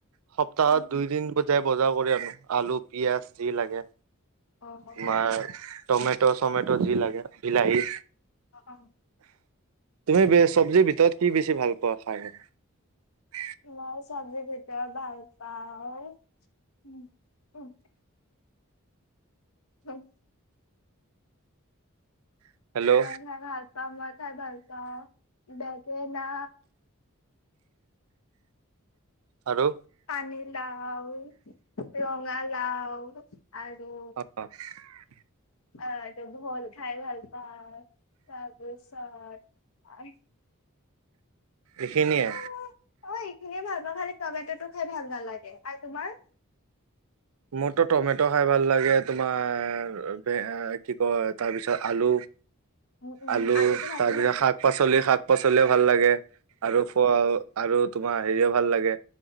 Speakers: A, on the right (about 75°); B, on the left (about 75°).
A: সপ্তাহত
B: উম
A: দুই দিন যায় বজাৰ কৰি আনো আলু পিয়াজ যি লাগে
B: অ অ
A: তোমাৰ টমেট' চমেট যি লাগে বিলাহী
B: অহ
A: তুমি বে চব্জি ভিতৰত কি বেছি ভাল পোৱা খাই
B: মই চব্জি ভিতৰত ভাল পাওঁ উম উ উম।
A: হেল্ল'
B: মই খাই ভাল পাওঁ মই খাই ভাল পাওঁ বেগেনা।
A: আৰু
B: পানী লাও, ৰঙা লাও আৰু
A: অ <inaudible>
B: আহ ত ভোল খাই ভাল পাও তাৰপিছত <inaudible>
A: এইখিনিয়ে।
B: আৰু অ এইখিনিয়ে ভাল পাওঁ খালি টমেটটো খাই ভাল নালাগে আৰু তোমাৰ।
A: মোৰতো টমেটো খাই ভাল লাগে তোমাৰ কি কয় তাৰপিছত আলু
B: উম উম
A: আলু
B: আলুটো ভালে
A: তাৰপিছত
B: লাগে
A: শাক পাচলি শাক পাচলিও ভাল লাগে আৰু। আৰু তোমাৰ হেৰিও ভাল লাগে